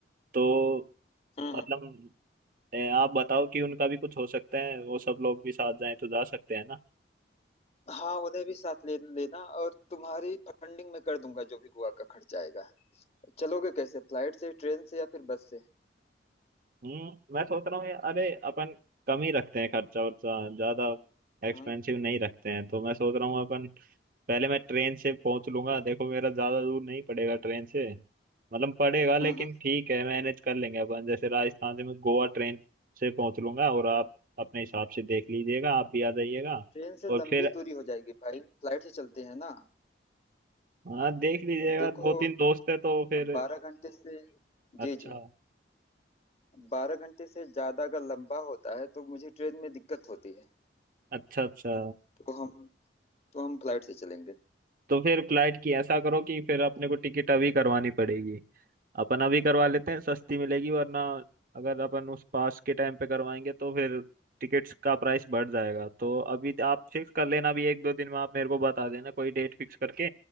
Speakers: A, on the right; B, on the left.
A: तो
B: है हम्म
A: मतलब
B: हम्म,
A: ए, आप बताओ कि उनका भी कुछ हो सकता है वो सब लोग भी साथ जाएं तो जा सकते हैं ना
B: हाँ उन्हें भी साथ ले लेना और तुम्हारी फंडिंग में कर दूंगा जो भी गोवा का खर्चा आएगा चलोगे कैसे फ्लाइट से ट्रेन से या फिर बस से
A: हम्म मैं सोच रहा हूँ अरे अपन कम ही रखते हैं खर्चा वर्चा ज्यादा एक्सपेंसिव
B: हम्म
A: नहीं रखते हैं तो मैं सोच रहा हूँ अपन पहले मैं ट्रेन से पहुंच लूंगा देखो मेरा ज्यादा दूर नहीं पड़ेगा ट्रेन से मतलब पड़ेगा लेकिन
B: हम्म हम्म,
A: ठीक है मैनेज कर लेंगे अपन जैसे राजस्थान से मैं गोवा ट्रेन से पहुंच लूंगा और आप अपने हिसाब से देख लीजिएगा आप भी आ जाइएगा
B: ट्रेन से
A: और
B: लंबी
A: फिर
B: दूरी हो जाएगी भाई फ्लाइट से चलते हैं ना
A: हाँ देख लीजिएगा
B: देखो
A: दो तीन दोस्त है तो फिर
B: बारह घंटे से जी
A: अच्छा
B: जी बारह घंटे से ज्यादा अगर लंबा होता है तो मुझे ट्रेन में दिक्कत होती है
A: अच्छा अच्छा
B: तो हम तो हम फ्लाइट से चलेंगे
A: तो फिर फ्लाइट की ऐसा करो कि फिर अपने को टिकट अभी करवानी पड़ेगी अपन अभी करवा लेते हैं सस्ती मिलेगी वरना अगर अपन उस पास के टाइम पे करवाएंगे तो फिर टिकट्स का प्राइस बढ़ जाएगा तो अभी आप फिक्स कर लेना अभी एक दो दिन में आप मेरे को बता देना कोई डेट फिक्स करके